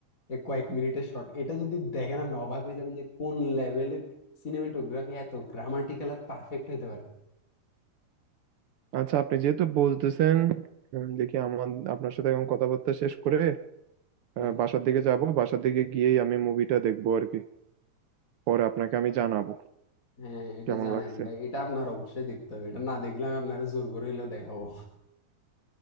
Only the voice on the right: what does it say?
আচ্ছা আপনি যেহেতু বলতেছেন উম, দেখি আমার আপনার সাথে এখন কথাবার্তা শেষ করে
আহ, বাসার দিকে যাব বাসার দিকে গিয়েই আমি মুভিটা দেখবো আর কি পরে আপনাকে আমি জানাবো
কেমন
লাগছে